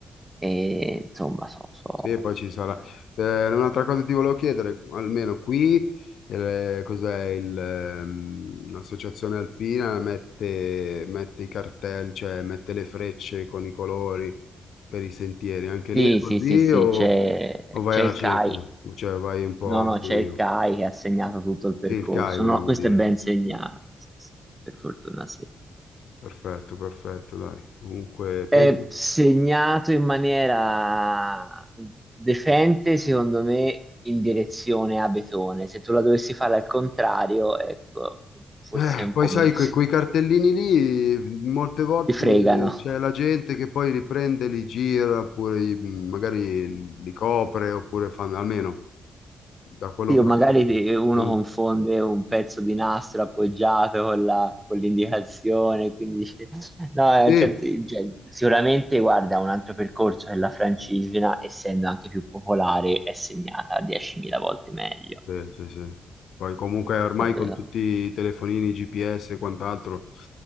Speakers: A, on the right (about 20°); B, on the left (about 70°).
A: e insomma, so, so.
B: Sì, e poi ci sarà. Eh, un'altra cosa ti volevo chiedere, almeno qui, eh, cos'è il, ehm, l'associazione alpina mette, mette i cartelli, cioè mette le frecce con i colori per i sentieri. Anche
A: Sì,
B: lì è così
A: sì, sì, sì,
B: o,
A: c'è
B: o vai
A: c'è
B: alla
A: il
B: cieca?
A: CAI
B: Cioè vai un po'
A: No,
B: al
A: no,
B: buio?
A: c'è il CAI che ha segnato tutto il percorso.
B: Sì, il CAI volevo
A: No, questo
B: dire.
A: è ben segnato, sì, sì, per fortuna sì.
B: Perfetto, perfetto, dai. Comunque,
A: È
B: penso...
A: segnato in maniera decente, secondo me, in direzione a Betone. Se tu la dovessi fare al contrario, ecco, forse
B: Eh,
A: un
B: poi
A: po'
B: sai,
A: meno
B: que-
A: si,
B: quei cartellini lì, molte volte
A: si fregano.
B: c'è la gente che poi li prende, li gira, oppure gli- magari li copre, oppure fanno, almeno da quello
A: Sì, o
B: che
A: magari
B: ho sentito.
A: ti- uno
B: fanno
A: confonde
B: un-
A: un pezzo di nastro appoggiato con la- con l'indicazione, quindi dice- no,
B: Sì,
A: eh, certo, cioè, sicuramente guarda un altro percorso che la francigena, essendo anche più popolare, è segnata 10.000 volte meglio.
B: sì, sì, sì. Poi comunque ormai
A: Eh,
B: con tutti i telefonini, GPS e quant'altro